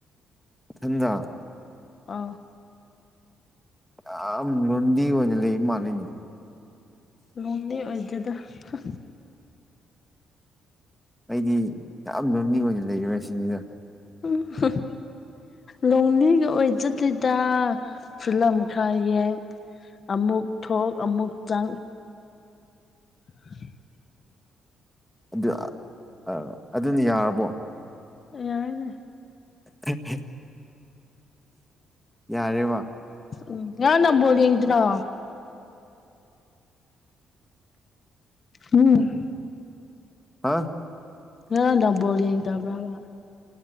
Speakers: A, in the centre; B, on the left (about 40°).
A: ꯏꯊꯟꯗ
B: ꯑꯥ
A: ꯌꯥꯝ ꯂꯣꯟꯂꯤ ꯑꯣꯏꯅ ꯂꯩ ꯃꯥꯜꯂꯦꯅꯦ
B: ꯂꯣꯟꯂꯤ ꯑꯣꯏꯗꯦꯗ ꯍ
A: ꯑꯩꯗꯤ ꯌꯥꯝ ꯂꯣꯟꯂꯤ ꯑꯣꯏꯅ ꯂꯩꯔꯤꯔꯥ ꯁꯤꯅꯤꯗ
B: ꯎꯝ ꯍꯝ ꯂꯣꯡꯂꯤꯒ ꯑꯣꯏꯖꯗꯦꯗꯥ ꯐꯤꯂꯝ ꯈꯔ ꯌꯦꯡ ꯑꯃꯨꯛ ꯊꯣꯛ ꯑꯃꯨꯛ ꯆꯪ <unintelligible>
A: ꯑꯗꯨ ꯑꯥ ꯑꯗꯨꯅ ꯌꯥꯔꯕꯣ
B: ꯌꯥꯔꯅꯤ
A: ꯍꯦ ꯍꯦ ꯌꯥꯔꯦꯕ
B: ꯎꯝ ꯉꯔꯥꯡ ꯅꯨꯡꯗꯥꯡ ꯕꯣꯜ ꯌꯦꯡꯗ꯭ꯔꯣ ꯎꯝ
A: ꯑꯥ
B: ꯉꯔꯥꯡ ꯅꯨꯡꯗꯥꯡ ꯕꯣꯜ ꯌꯦꯡꯗꯕ꯭ꯔꯥ ꯍꯥꯏꯕꯥ